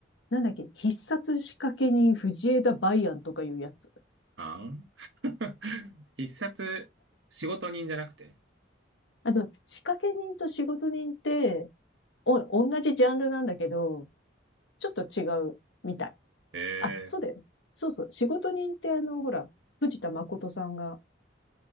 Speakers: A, on the left; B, on the right.
A: なんだっけ、必殺仕掛け人藤枝梅安とかいうやつ。
B: あん <laughs> 必殺、仕事人じゃなくて
A: あの、仕掛け人と仕事人って、お、同じジャンルなんだけど、ちょっと違うみたい。
B: え
A: あ、そうだよね。そうそう。仕事人ってあの、ほら、藤田誠さんが